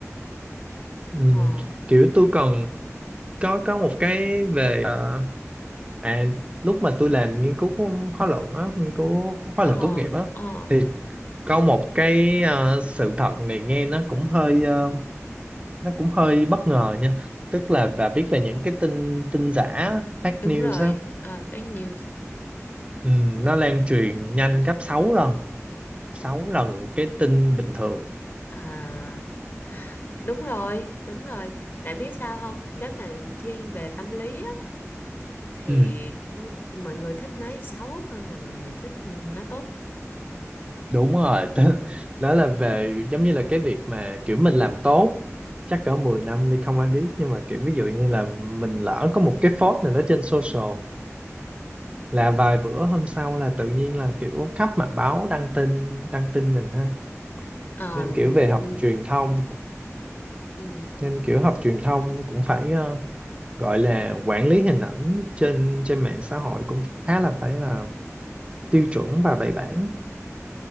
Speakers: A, on the right; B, on the left.
A: Ừm,
B: ờ
A: kiểu tôi còn có có một cái về ờ, à lúc mà tôi làm nghiên cứu khóa luận á nghiên cứu khóa
B: ờ
A: luận tốt nghiệp á
B: ờ
A: thì có một cái ờ, sự thật này nghe nó cũng hơi ờ, nó cũng hơi bất ngờ nha tức là và biết về những cái tin tin giả fake
B: đúng
A: news
B: rồi
A: á
B: à, fake news
A: ừ, nó lan truyền nhanh gấp sáu lần 6 lần cái tin bình thường
B: à đúng rồi đúng rồi tại biết sao không nếu mà thiên về tâm lý á, thì
A: ừ,
B: m- mọi người thích nói xấu hơn là mọi người thích nói tốt
A: đúng rồi <laughs> Tớ- đó là về giống như là cái việc mà kiểu mình làm tốt chắc cỡ 10 năm đi không ai biết nhưng mà kiểu ví dụ như là mình lỡ có một cái post nào đó trên social là vài bữa hôm sau là tự nhiên là kiểu khắp mặt báo đăng tin đăng tin mình ha
B: Ờ,
A: nên kiểu về học
B: ừ,
A: truyền thông
B: ừ,
A: nên kiểu học truyền thông cũng phải ờ, gọi là quản lý hình ảnh trên trên mạng xã hội cũng khá là phải là tiêu chuẩn và bài bản